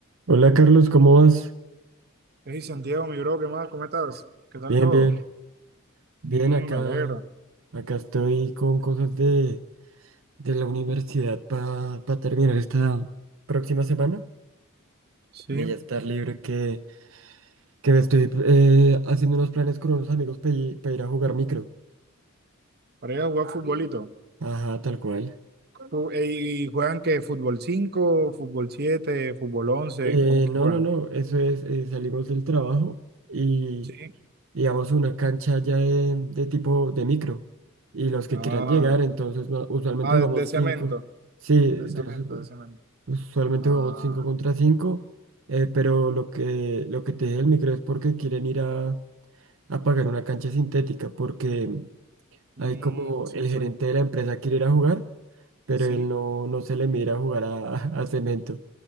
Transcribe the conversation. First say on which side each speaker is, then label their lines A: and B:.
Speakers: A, on the right (about 65°); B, on the right (about 50°).
A: Hola Carlos, ¿cómo vas?
B: Hey Santiago, mi bro, ¿qué más? ¿Cómo estás? ¿Qué tal
A: Bien,
B: todo?
A: bien, bien,
B: Mm,
A: acá,
B: me alegro.
A: acá estoy con cosas de, de la universidad para terminar esta próxima semana
B: Sí,
A: y ya estar libre que, que me estoy eh, haciendo unos planes con unos amigos para ir a jugar micro.
B: para ir a jugar futbolito.
A: Ajá, tal cual.
B: Fu- ¿Y y juegan qué? ¿Fútbol 5, fútbol 7, fútbol once.
A: Eh,
B: ¿Cómo que
A: no,
B: juegan?
A: no, no, eso es, eh, salimos del trabajo y,
B: Sí.
A: y vamos a una cancha ya de, de tipo de micro y los que
B: Ah,
A: quieran llegar, entonces no- usualmente
B: ah,
A: jugamos
B: de, de cemento,
A: cinco. Sí,
B: de
A: entonces,
B: cemento,
A: Pues,
B: de cemento.
A: Usualmente
B: Ah,
A: jugamos 5 contra cinco, eh, pero lo que, lo que te dije del micro es porque quieren ir a, a pagar una cancha sintética, porque
B: mm,
A: hay como
B: sí,
A: el gerente
B: sí.
A: de la empresa quiere ir a jugar, pero
B: Sí,
A: él no, no se le mira a jugar a, <laughs> a cemento.